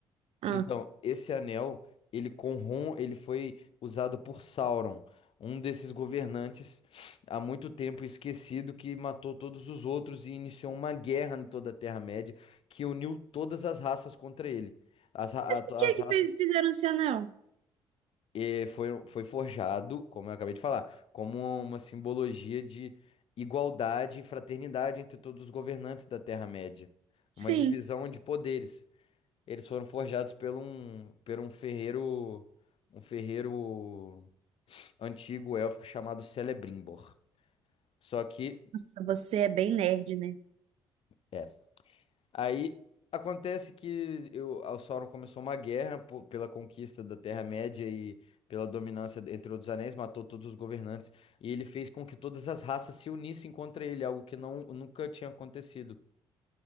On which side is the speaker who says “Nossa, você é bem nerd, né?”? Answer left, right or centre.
Right